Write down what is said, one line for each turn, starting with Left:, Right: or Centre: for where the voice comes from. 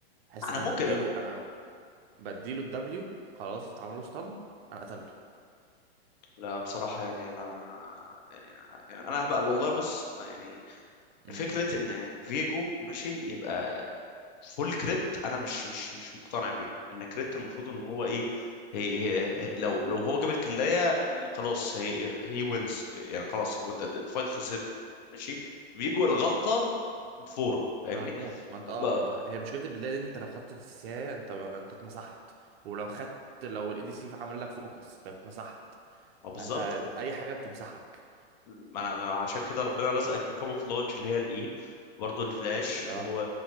Right: احس
Left: انا
Right: ان انا
Left: ممكن
Right: بديله
Left: أب...
Right: انا بديله الدبليو خلاص اتعمل له ستان انا قتلته
Left: لا بصراحه يعني انا يعني يعني انا بقى والله بص يعني
Right: امم
Left: فكرة ان فيجو ماشي يبقى فول كريت انا مش مش مش مقتنع بيها لان كريت المفروض ان هو ايه هي هي- لو لو هو جاب الكلاية خلاص هي هي وينز يعني خلاص هو الت- الفايت خسرت ماشي فيجو الغلطة بفورة فاهمني
Right: بقى هتموت ما انت
Left: ب-
Right: اه ما انت هي مشكله البدايه دي ان انت لو خدت سيساه انت انت اتمسحت ولو خدت لو الاي دي سي عمل لك فوكس انت اتمسحت
Left: ما
Right: فانت
Left: بالظبط
Right: اي حاجه بتمسحك
Left: ما انا عشان كده ربنا رزقك بكاموفلاج اللي هي الاي برضه الفلاش اللي
Right: اه
Left: هو